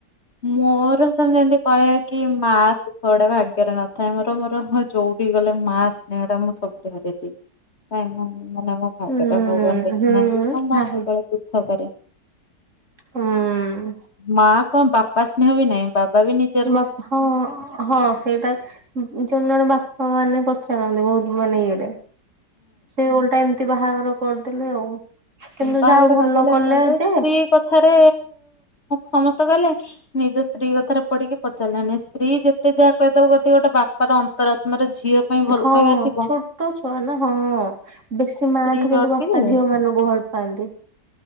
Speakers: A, on the left (about 40°); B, on the right (about 45°).
A: ମୋର ସେମତି ଯେମତି କହିବା କି, ମାଁ ସୁଖଡା ଭାଗ୍ୟରେ ନଥାଏ, ମୋର ମୋର ହ ଯୋଉଠି ଗଲେ ମାଁ ସ୍ନେହ ଟା, ମୁଁ ସବୁଠ ହାରିଦିଏ। କାଇଁ ମୁଁ, ମାନେ ମୋ ଭାଗ୍ୟଟା
B: ହୁଁ
A: ଭଗବାନ ଦେଖିନାହାଁନ୍ତି,
B: ହୁଁ
A: ନା
B: ନାହିଁ
A: ସବୁବେଳେ ଦୁଃଖ କରେ।
B: ହୁଁ।
A: ମା କଣ ବାପା ସ୍ନେହ ବି ନାହିଁ ବାବା ବି ନି।
B: ମ ହ। ହଁ ସେଇଟା ଜଣେ ଜଣେ ବାପା ମାନେ ପଚାରନ୍ତି ବହୁତ ମାନେ ଇଏରେ। ସେ ଓଲଟା ଏମିତି ବାହାଘର କରିଦେଲେ ଆଉ। କିନ୍ତୁ
A: ବାହାଘର
B: ଯାହା ଭଲ
A: ଗଦେଲେ
B: କଲେ
A: ତାପରେ
B: ଯେ
A: ସ୍ତ୍ରୀ କଥାରେ ସମସ୍ତେ କହିଲେ। ନିଜ ସ୍ତ୍ରୀ କଥାରେ ପଢିକି ପଚାରିଲୋନି ସ୍ତ୍ରୀ ଯେତେ ଯାହା କହିଦବ କ ଗୋଟେ ବାପାର ଅନ୍ତରାତ୍ମାର ଝିଅ। ପାଇଁ ଭଲ
B: ହଁ
A: ପାଇବା ଥିବ
B: ଛୋଟ ଛୁଆ ନା ହଁ ବେଶୀ ମା
A: ସ୍ତ୍ରୀରେ
B: ଠୁ କିନ୍ତୁ
A: ଅଟକି
B: ବାପା
A: ଯିବେ।
B: ଝିଅ ମାନଙ୍କୁ ଭଲ। ହଁନ୍ତି।